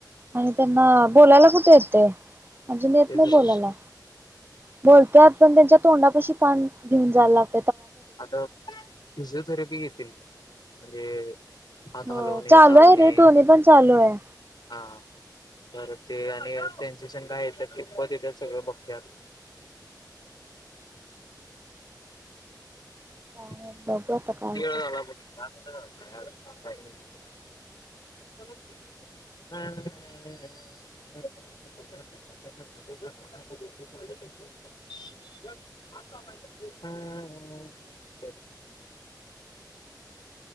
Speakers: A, on the right (about 30°); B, on the left (about 80°).
A: आणि त्यांना बोलायला कुट येत. तय अजून येत नाही
B: तेच
A: बोलायला
B: रे
A: बोलत्यात पण त्यांच्यात तोंडापाशी कान घेऊन जायला लागत
B: आता फिजिओथेरपी घेतील. म्हणजे हात
A: हो
B: हलवणे
A: चालू
B: चालणे
A: आहे रे दोन्ही पण चालू आहे.
B: हा बर ते आणि सेन्सेशन काय येत्यात कितपत येत्यात सगळं बगत्यात.
A: काय
B: किती
A: माहित बघू आता काय होते
B: वेळ झालंय बग दहा मिन <unintelligible> <inaudible>